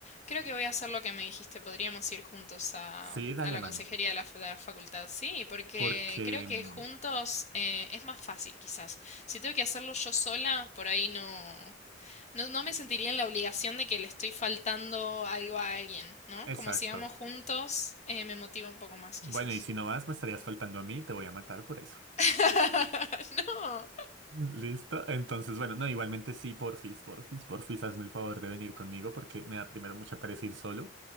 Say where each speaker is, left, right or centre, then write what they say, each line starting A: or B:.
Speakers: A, on the left; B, on the right.
A: creo que voy a hacer lo que me dijiste. Podríamos ir juntos a,
B: Sí, dale,
A: a la
B: Manu.
A: consejería de la, fa- de la facultad. Sí, porque
B: Porque...
A: creo que
B: mm,
A: juntos eh, es más fácil, quizás. Si tengo que hacerlo yo sola, por ahí no. No, no me sentiría en la obligación de que le estoy faltando algo a alguien, ¿no? Como
B: Exacto.
A: si vamos juntos, eh, me motiva un poco más,
B: Bueno,
A: quizás.
B: y si no vas, me estarías faltando a mí, te voy a matar por eso.
A: <laughs> No.
B: ¿Listo? Entonces, bueno, no, igualmente sí, porfis, porfis, porfis, hazme el favor de venir conmigo porque me da primero mucha pereza ir solo.